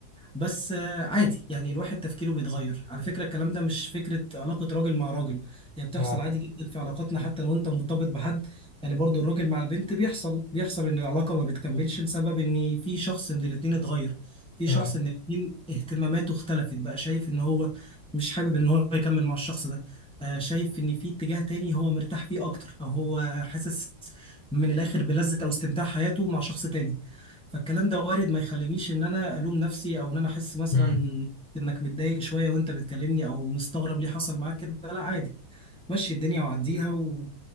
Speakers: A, in the centre; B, on the left (about 80°).
A: بس آه، عادي يعني الواحد تفكيره بيتغير على فكرة الكلام ده مش فكرة علاقة راجل مع راجل هي بتحصل
B: اه
A: عادي جدا في علاقاتنا حتى لو انت مرتبط بحد يعني برضو الراجل مع البنت بيحصل بيحصل ان العلاقة ما بتكملش لسبب ان في شخص من الاتنين اتغير في شخص
B: اه
A: من الاتنين اهتماماته اختلفت بقى شايف ان هو مش حابب ان هو يكمل مع الشخص ده آه، شايف ان في اتجاه تاني هو مرتاح فيه اكتر او هو حاسس من الاخر بلذة او استمتاع حياته مع شخص تاني فالكلام ده وارد ما يخلينيش ان انا الوم نفسي او ان انا احس مثلا
B: مم.
A: انك متضايق شويه وانت بتكلمني او مستغرب ليه حصل معاك كده لا عادي مشي الدنيا وعديها و...